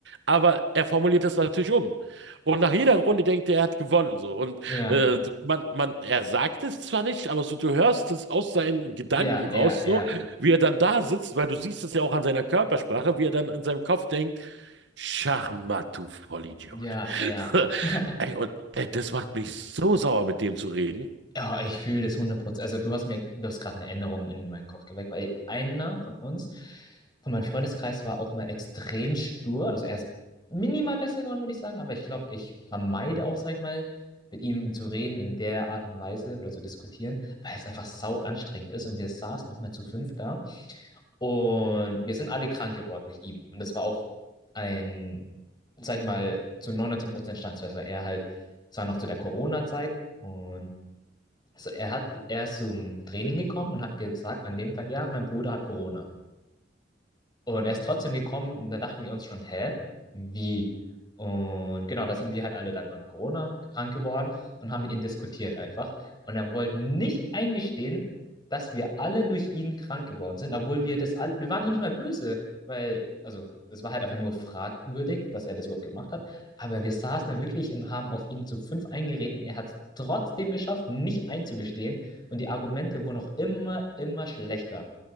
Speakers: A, on the right; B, on the left.
A: aber er formuliert es natürlich um. Und nach jeder Runde denkt er, er hat gewonnen. So. Und
B: Ja.
A: äh, man, man, er sagt es zwar nicht, aber so du hörst es aus seinen Gedanken
B: Ja. Ja.
A: raus,
B: Ja. Ja.
A: so wie er dann da sitzt, weil du siehst es ja auch an seiner Körpersprache, wie er dann an seinem Kopf denkt, Schachmatt, du Vollidiot.
B: Ja. Ja.
A: <laughs>
B: <laughs>
A: Ey, und ey, das macht mich so sauer, mit dem zu reden.
B: Ja, ich fühle das 100%. Also du hast mir, du hast gerade eine Änderung in meinen Kopf geweckt, weil einer von uns, von meinem Freundeskreis, war auch mal extrem stur. Also er ist minimal besser geworden, würde ich sagen, aber ich glaube, ich vermeide auch, sag ich mal, mit ihm zu reden in der Art und Weise oder zu diskutieren, weil es einfach sau anstrengend ist. Und wir saßen auch mal zu fünft da und wir sind alle krank geworden durch ihn. Und das war auch ein, sag ich mal, zu 99% Steinsfest, weil er halt, es war noch zu der Corona-Zeit und also er hat, er ist zum Training gekommen und hat gesagt, an dem Tag, ja, mein Bruder hat Corona. Und er ist trotzdem gekommen, und da dachten wir uns schon, hä, wie? Und genau, da sind wir halt alle dann an Corona krank geworden und haben mit ihm diskutiert einfach. Und er wollte nicht eingestehen, dass wir alle durch ihn krank geworden sind, obwohl wir das alle, wir waren ihm nicht mal böse, weil, also, es war halt einfach nur fragwürdig, dass er das überhaupt gemacht hat. Aber wir saßen da wirklich und haben auf ihn zu fünf eingeredet und er hat es trotzdem geschafft, nicht einzugestehen. Und die Argumente wurden auch immer, immer schlechter.